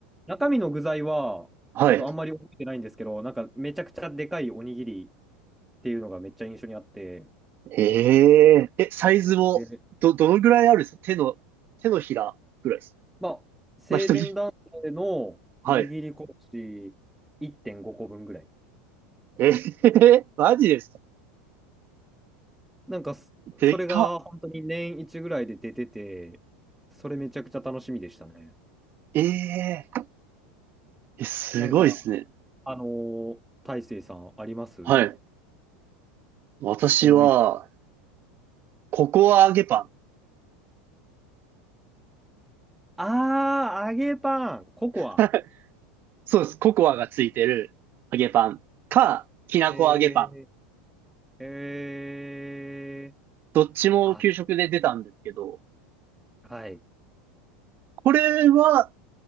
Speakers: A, in the centre; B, on the right.
A: 中身の具材は、
B: あー、
A: ちょっとあんまり覚えてないんですけど、
B: はい。
A: なんかめちゃくちゃでかいおにぎりっていうのがめっちゃ印象にあって、
B: へえ。え、サイズも、
A: で、
B: ど、どのぐらいあるんですか手の、手のひらぐらいですか
A: まあ、成人男性の握り拳1.5個分ぐらい。
B: まあ、人に。はい。えー、<laughs> マジですか
A: なんかそ、
B: でかっ。
A: それが本当に年一ぐらいで出てて、それめちゃくちゃ楽しみでしたね。
B: えええ、すごいですね。
A: なんか、あのー大成さんあります
B: はい。私は、
A: 思い
B: ココア揚げパン。
A: ああ、揚げパン、ココア。
B: <laughs> そうです。ココアがついてる揚げパンか、きなこ揚げパン。
A: えー、えー、
B: どっちも給食で出たんですけど、
A: あ、はい。い
B: これは、